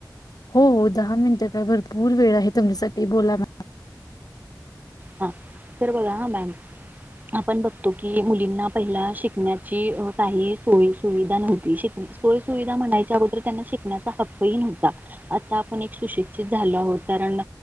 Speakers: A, on the left (about 60°); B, on the right (about 25°).
A: हो हो, दहा मिनिट काय भरपूर वेळ आहे तुमच्यासाठी बोला ना.
B: हा तर बघा अ मॅम.
A: <unintelligible>
B: आपण बघतो की मुलींना पहिला शिकण्याची काही सोय, सुविधा नव्हती शिकण् सोय सुुविधा म्हणायच्या अगोदर त्यांना शिकण्याचा हक्कही नव्हता. आता आपण एक सुशिक्षित झालो आहोत कारण,